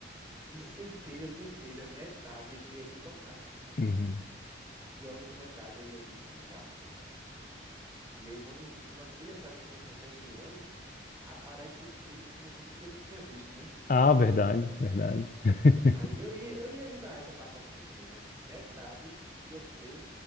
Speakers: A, on the right; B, on the left.
A: de certeza, certeza, metade eu não ia nem tocar.
B: uhum.
A: E a outra metade eu ia desfrutar. E aí, quando, quando a família sabe que você recebe um milhão, aparece primo que você nunca nem tinha visto, né?
B: Ah, verdade, verdade. <laughs>
A: Aí eu ia, eu ia ajudar essa parte da família também, mas metade ia ser